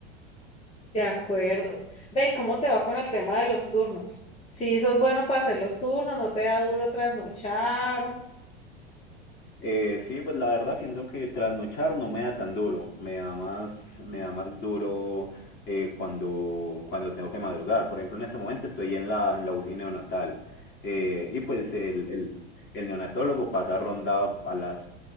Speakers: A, on the left; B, on the left.
A: de acuerdo. Ve, ¿y ¿cómo te va con el tema de los turnos? Si sos bueno para hacer los turnos, no te da duro trasnochar.
B: Eh, sí, pues la verdad pienso que trasnochar no me da tan duro, me da más, me da más duro eh, cuando, cuando tengo que madrugar. Por ejemplo, en este momento estoy en la, en la UCI neonatal eh, y pues el, el, el neonatólogo pasa ronda a las